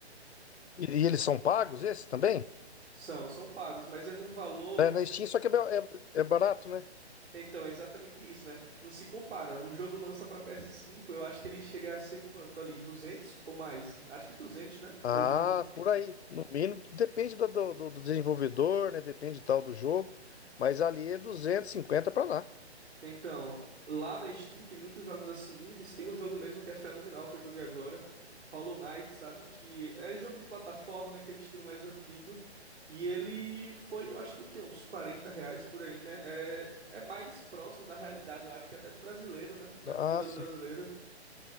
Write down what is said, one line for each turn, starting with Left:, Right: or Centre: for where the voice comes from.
Left: E, e eles são pagos, esses também?
Right: São, são pagos, mas é num valor
Left: É, na Steam, só que é, ba- é- é barato, né?
Right: Então, é exatamente isso, né? Não se compara. Um jogo lança pra PS5, eu acho que ele chega a ser quanto ali? duzentos ou mais? Acho que 200, né?
Left: Ah,
Right: Hoje em dia.
Left: por aí. No mínimo, depende do, do- do- do desenvolvedor, né? Depende tal do jogo. Mas ali é duzentos e cinquenta para lá.
Right: Então, lá na Steam tem muitos jogos assim indies. Tem um jogo mesmo que é fenomenal que eu joguei agora, Hollow Knight, sabe? Que é jogo de plataforma naquele estilo mais antigo. E ele foi, eu acho que o quê? Uns 40 reais por aí, né? É, é mais próximo da realidade, eu acho que até do brasileiro, né? Da
Left: Ah,
Right: cultura
Left: sim.
Right: do brasileiro.